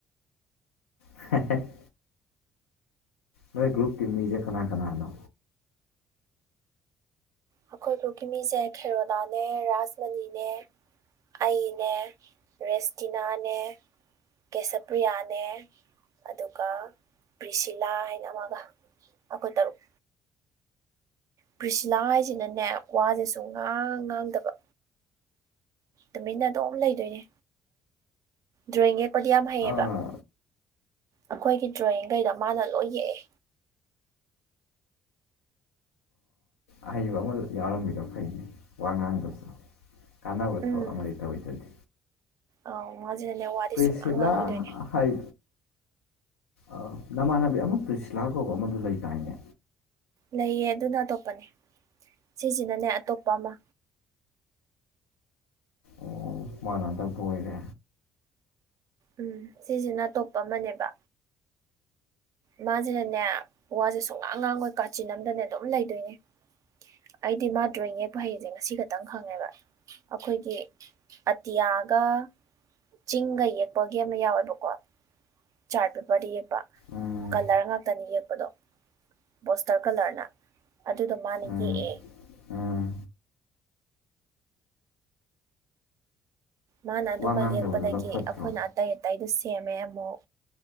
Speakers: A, on the left (about 80°); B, on the right (about 50°).
A: <unintelligible> ꯅꯣꯏ ꯒ꯭ꯔꯨꯨꯞꯀꯤ ꯃꯤꯖꯦ ꯀꯅꯥ ꯀꯅꯥꯅꯣ
B: ꯑꯩꯈꯣꯏ ꯒ꯭ꯔꯨꯞꯀꯤ ꯃꯤꯁꯦ ꯈꯦꯔꯣꯗꯥꯅꯦ ꯔꯥꯖꯃꯅꯤꯅꯦ ꯑꯩꯅꯦ ꯔꯦꯁꯇꯤꯅꯥꯅꯦ ꯀꯦꯁꯄ꯭ꯔꯤꯌꯥꯅꯦ ꯑꯗꯨꯒ ꯕ꯭ꯔꯤꯁꯤꯂꯥ ꯍꯥꯏꯅ ꯑꯃꯒ ꯑꯈꯣꯏ ꯇꯔꯨꯛ ꯄ꯭ꯔꯤꯁꯤꯂꯥ ꯍꯥꯏꯁꯤꯅꯅꯦ ꯋꯥꯁꯦ ꯁꯨꯉꯥꯡ ꯉꯥꯡꯗꯕ ꯇꯨꯃꯤꯟꯅ ꯑꯗꯨꯝ ꯂꯩꯗꯣꯏꯅꯦ ꯗ꯭ꯔꯣꯌꯤꯡ ꯌꯦꯛꯄꯗꯤ ꯌꯥꯝ ꯍꯩꯌꯦꯕ
A: ꯑꯥ
B: ꯑꯩꯈꯣꯏꯒꯤ ꯗ꯭ꯔꯣꯌꯤꯡꯒꯩꯗꯣ ꯃꯥꯅ ꯂꯣꯏ ꯌꯦꯛꯑꯦ
A: ꯑꯍꯩꯕ ꯑꯃ ꯌꯥꯎꯔꯝꯃꯤꯗꯣ ꯐꯩꯅꯦ ꯋꯥ ꯉꯥꯡꯗ꯭ꯔꯁꯨ ꯀꯥꯟꯅꯕ
B: ꯎꯝ
A: ꯊꯕꯛ ꯑꯃꯗꯤ ꯇꯧꯔꯤꯗꯨꯗꯤ
B: ꯑꯧ ꯃꯥꯁꯤꯅꯅꯦ ꯋꯥꯗꯤ
A: ꯄ꯭ꯔꯤꯁꯤꯂꯥ
B: ꯁꯨꯡꯉꯥꯡ ꯉꯥꯡꯉꯣꯏꯗꯣꯏꯅꯦ
A: ꯍꯥꯏ ꯑ ꯅꯃꯥꯟꯅꯕꯤ ꯑꯃ ꯇ꯭ꯔꯤꯁꯤꯜꯂꯥ ꯀꯧꯕ ꯑꯃꯗꯨ ꯂꯩꯗꯥꯏꯅꯦ
B: ꯂꯩꯌꯦ ꯑꯗꯨꯅ ꯑꯇꯣꯞꯄꯅꯦ ꯁꯤꯁꯤꯅꯅꯦ ꯑꯇꯣꯞꯄ ꯑꯃ
A: ꯑꯣ ꯃꯥꯟꯅꯗꯕ ꯑꯣꯏꯔꯦ
B: ꯎꯝ ꯁꯤꯁꯤꯅ ꯑꯇꯣꯞꯄ ꯑꯃꯅꯦꯕ ꯃꯥꯁꯤꯅꯅꯦ ꯋꯥꯁꯦ ꯁꯨꯡꯉꯥꯡ ꯉꯥꯡꯉꯣꯏ ꯀꯥꯆꯤꯟ ꯑꯝꯗꯅꯦ ꯑꯗꯨꯝ ꯂꯩꯗꯣꯏꯅꯦ ꯑꯩꯗꯤ ꯃꯥ ꯗ꯭ꯔꯣꯌꯤꯡ ꯌꯦꯛꯄ ꯍꯩꯁꯦ ꯉꯁꯤ ꯈꯛꯇꯪ ꯈꯪꯉꯦꯕ ꯑꯈꯣꯏꯒꯤ ꯑꯇꯤꯌꯥꯒ ꯆꯤꯡꯒ ꯌꯦꯛꯄꯒꯤ ꯑꯃ ꯌꯥꯎꯋꯦꯕꯀꯣ ꯆꯥꯔꯠ ꯄꯦꯄꯔꯗ ꯌꯦꯛꯄ
A: ꯎꯝ
B: ꯀꯂꯔ ꯉꯥꯛꯇꯅꯤ ꯌꯦꯛꯄꯗꯣ ꯄꯣꯁꯇꯔ ꯀꯂꯔꯅ ꯑꯗꯨꯗꯣ ꯃꯥꯅ ꯌꯦꯛꯑꯦ
A: ꯎꯝ ꯎꯝ
B: ꯃꯥꯅ ꯑꯗꯨꯃ
A: ꯋꯥ ꯉꯥꯡꯗꯕꯗꯨꯅ
B: ꯌꯦꯛꯄꯗꯒꯤ
A: ꯐꯠꯇ꯭ꯔꯣ
B: ꯑꯩꯈꯣꯏꯅ ꯑꯇꯩ ꯑꯇꯩꯗꯨ ꯁꯦꯝꯃꯦ ꯑꯃꯨꯛ